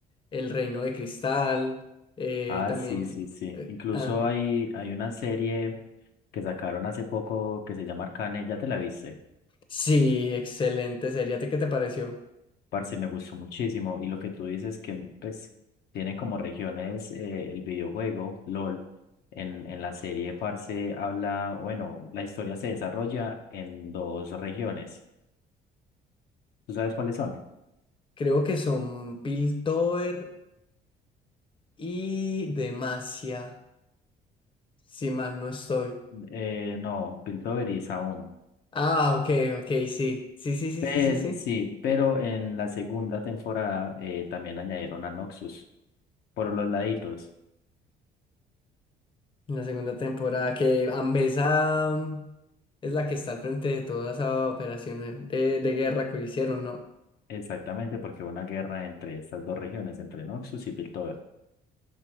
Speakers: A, on the left; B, on the left.
A: El Reino de Cristal, eh,
B: Ah,
A: también...
B: sí, sí, sí.
A: eh,
B: Incluso
A: ah,
B: hay, hay una serie que sacaron hace poco que se llama Arcane, ya te la viste.
A: sí, excelente serie. ¿A ti qué te pareció?
B: Parce, me gustó muchísimo. Y lo que tú dices que pues tiene como regiones eh, el videojuego, LOL. En, en la serie, parce, habla, bueno, la historia se desarrolla en dos regiones. ¿Tú sabes cuáles son?
A: Creo que son Piltover y Demacia, si mal no estoy.
B: Eh, no, Piltover aún.
A: Ah, ok, ok, sí. Sí, sí, sí,
B: Pero,
A: sí, sí, sí.
B: sí, pero en la segunda temporada eh, también añadieron a Noxus por los laditos.
A: En la segunda temporada, que Ambesa mm, es la que está al frente de toda esa operación de, de guerra que hicieron, ¿no?
B: Exactamente, porque hubo una guerra entre estas dos regiones, entre Noxus y Piltover.